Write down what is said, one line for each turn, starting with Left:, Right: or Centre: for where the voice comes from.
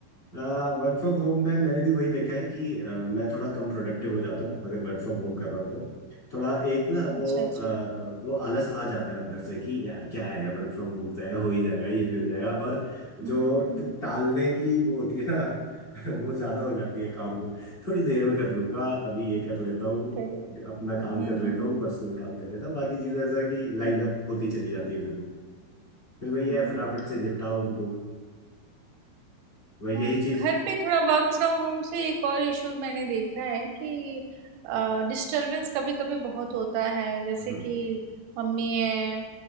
Left: वर्क फ्रॉम होम में मैंने भी वही देखा है कि अ, मैं थोड़ा कम प्रोडक्टिव हो जाता हूँ अगर वर्क फ्रॉम होम कर रहा हूँ तो थोड़ा एक ना वो
Right: अच्छा अच्छा
Left: अ, वो आलस आ जाता है अंदर से कि यार क्या है वर्क फ्रॉम होम तो है हो ही जाएगा ये भी हो जाएगा और जो
Right: हम्म हम्म
Left: ट-
Right: हम्म
Left: टालने की वो होती है ना <laughs> वो ज्यादा हो जाती है काम को थोड़ी देर में कर लूंगा अभी ये कर लेता हूँ
Right: करेक्ट
Left: अपना काम
Right: हम्म
Left: कर लेता
Right: हम्म
Left: हूँ
Right: हम्म
Left: पर्सनल काम कर लेता हूँ बाकी चीज ऐसा है कि लाइन अप होती चली जाती है फिर वो फिर वही है
Right: हम्म।
Left: फटाफट से निपटाओ उनको वही
Right: हाँ,
Left: यही चीज
Right: घर पे थोड़ा वर्क फ्रॉम होम से एक और इशू मैंने देखा है कि डिस्टरबेंस कभी कभी बहुत होता है जैसे
Left: हम्म
Right: कि मम्मी है